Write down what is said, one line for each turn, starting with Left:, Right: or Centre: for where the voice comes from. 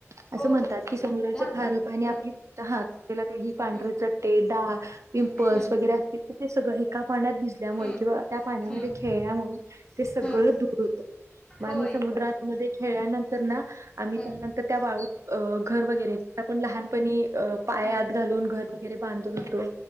Right: आसं
Left: होय
Right: म्हणतात की समुद्राच
Left: म्हणतात
Right: खार पाणी आपली
Left: हम्म
Right: फक्त हात ज्याला
Left: हम्म
Right: काही पांढरे चट्टे, डाग पिंपल्स
Left: हम्म हम्म
Right: वगैरे असतील तर ते सगळं एका पाण्यात भिजल्यामुळे
Left: हम्म
Right: किंवा त्या पाण्यामध्ये
Left: हम्म
Right: खेळल्यामुळे ते सगळं
Left: हम्म
Right: दूर होतं. मग
Left: होय
Right: आम्ही समुद्रामध्ये
Left: होय
Right: खेळल्यानंतर ना आम्ही
Left: हम्म
Right: त्यान त्या वाळूत अ घर वगैरे आपण लहानपणी अ पायात
Left: हम्म
Right: घालून घर वगैरे बांधत
Left: हम्म
Right: होतो.